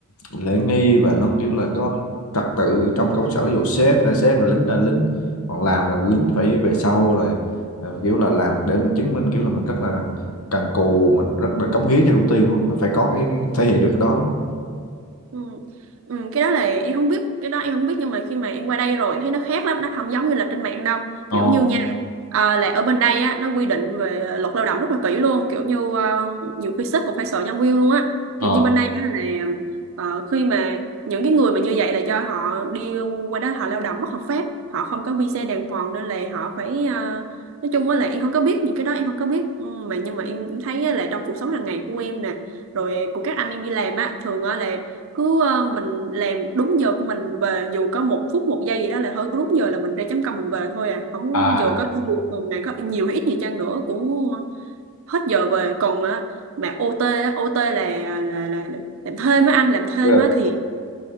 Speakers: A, on the left; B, on the right.
A: lễ nghi và nó kiểu là có trật tự trong công sở ví dụ sếp ra sếp lính ra lính còn làm là lính phải về sau rồi ờ, kiểu là làm để mình chứng minh kiểu là mình rất là cần cù mình rất là cống hiến cho công ty đúng không nó phải có cái, cái thể hiện được cái đó đúng không
B: Ừ. Ừ, cái đó là em không biết cái đó em không biết nhưng mà khi mà em qua đây rồi em thấy nó khác lắm nó không giống như là trên mạng đâu
A: Ồ,
B: kiểu như nha ờ, là ở bên đây á nó quy định về luật lao động rất là kỹ luôn kiểu như ờ, nhiều khi sếp cũng phải sợ nhân viên luôn á
A: ờ,
B: kiểu như bên đây á, là ờ, khi mà những cái người mà như vậy là do họ đi qua đó họ lao động bất hợp pháp họ không có visa đàng hoàng nên là họ phải ờ, nói chung á là em không có biết những cái đó em không có biết Ừ, mà nhưng mà em, em thấy á là trong cuộc sống hàng ngày của em nè rồi của các anh em đi làm á thường á là cứ ờ, mình làm đúng giờ của mình mình về dù có một phút một giây gì đó là thôi đúng giờ là mình ra chấm công mình về thôi à không
A: à,
B: dù có cái việc mà mẹ có nhiều hay ít gì chăng nữa cũng hết giờ về còn á mà OT á, OT là, là là là làm thêm á anh làm thêm
A: Yeah.
B: á thì